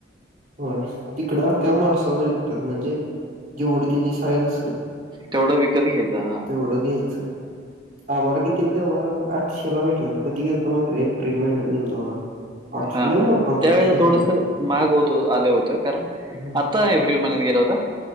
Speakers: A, on the right (about 50°); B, on the right (about 25°).
A: होय तिकडं अख्ख्या मासा विकतात म्हणजे जेवडी त्यांची साईज असल.
B: तेवढं विकत घ्यायं हा.
A: तेवढं द्यायचं. आम्हाला कितीला तेव्हा आठशेला भेटलेला. कधी गेलतो माहिती आहे का एप्रिल महिन्यात गेलतो बघा. आठ
B: हा-हा-हा
A: लय मोठा होता
B: त्यावेेळेला
A: तो सुरमई
B: थोडस माहाग होत आलं होते. कारण
A: हम्म.
B: आता एप्रिल महिन्यात गेला होता.